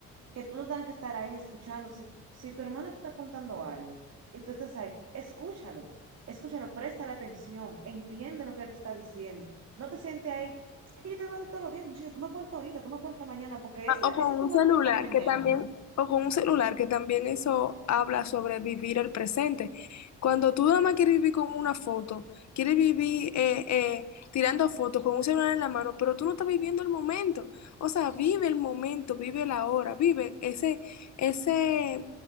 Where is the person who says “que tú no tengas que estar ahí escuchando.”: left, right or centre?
Right